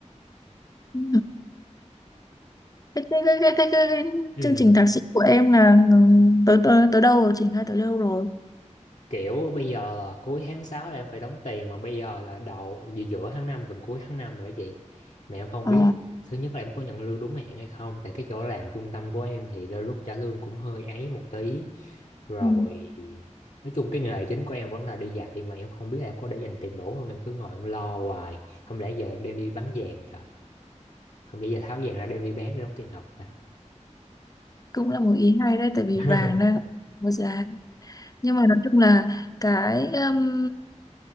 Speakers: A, on the left; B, on the left.
A: Ừ. Cái, cái, cái, cái, cái, cái, cái
B: ừ.
A: chương trình thạc sĩ của em là ừ, tới tới tới đâu rồi, triển khai tới đâu rồi?
B: Kiểu bây giờ là cuối tháng sáu là em phải đóng tiền Mà bây giờ là đầu giữa giữa tháng 5 gần cuối tháng 5 rồi đó chị Mà em không
A: Ồ.
B: biết Thứ nhất là em có nhận lương đúng hẹn hay không Tại cái chỗ làm trung tâm của em thì đôi lúc trả lương cũng hơi ấy một tí rồi
A: Ừ.
B: nói chung cái nghề chính của em vẫn là đi dạy mà em không biết là em có để dành tiền đủ không em cứ ngồi em lo hoài không lẽ giờ đem đi bán vàng trời không lẽ giờ tháo vàng ra đem đi bán để đóng tiền học ra
A: Cũng là một ý hay đấy, tại vì
B: <laughs>
A: vàng đang có giá. Nhưng mà nói chung là cái um,